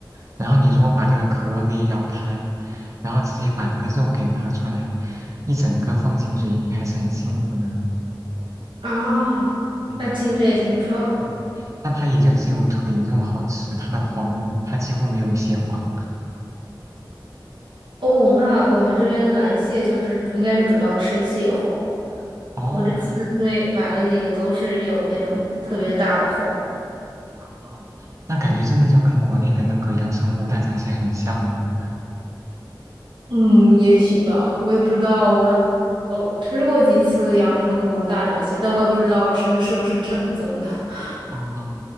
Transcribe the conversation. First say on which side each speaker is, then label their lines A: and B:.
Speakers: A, on the right; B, on the right.
A: 然后你如果把它的壳给咬开，然后直接把那个肉给拿出来，一整个放进嘴里，还是很幸福的。
B: 啊，
A: 嗯，
B: 那听着也挺爽的
A: 对。但它也就只有腿肉好吃，它的黄它几乎没有蟹黄。
B: 哦。那我们这边的蓝蟹就是应该是主要吃蟹黄。
A: 哦，
B: 我这次对买了几个都是有那种特别大的黄。
A: 哦，那感觉真的就跟国内的那个阳澄湖大闸蟹很像呢。
B: 嗯，也许吧，我也不知道我。哦，吃过几次阳澄湖大闸蟹，但我也不知道吃的是不是正宗的。<laughs>
A: 哦，